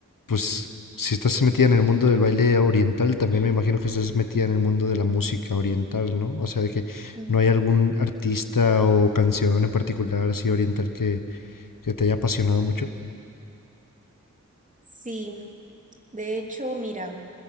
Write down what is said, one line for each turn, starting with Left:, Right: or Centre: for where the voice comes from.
Left: pues, si estás metida en el mundo del baile oriental, también me imagino que estás metida en el mundo de la música oriental, ¿no? O sea, de que
Right: Sí,
Left: no hay algún artista o canción en particular así oriental que, que te haya apasionado mucho.
Right: Sí, de hecho, mira,